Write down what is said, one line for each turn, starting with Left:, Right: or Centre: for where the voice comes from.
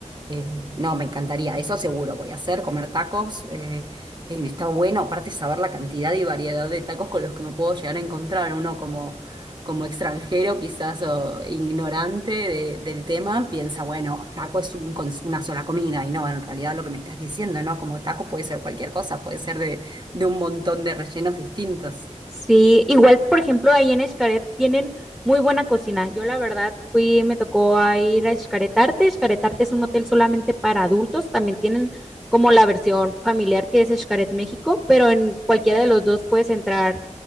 Right: eh, no, me encantaría. Eso seguro voy a hacer, comer tacos. eh, eh, está bueno, aparte saber la cantidad y variedad de tacos con los que me puedo llegar a encontrar. Uno como como extranjero quizás o ignorante de- del tema, piensa, bueno, taco es un cons- una sola comida y no, en realidad lo que me estás diciendo, ¿no? Como taco puede ser cualquier cosa, puede ser de, de un montón de rellenos distintos.
Centre: Sí, igual, por ejemplo, ahí en Xcaret tienen muy buena cocina. Yo la verdad fui, me tocó a ir a Xcaret Arte. Xcaret Arte es un hotel solamente para adultos. También tienen como la versión familiar que es Xcaret México, pero en cualquiera de los dos puedes entrar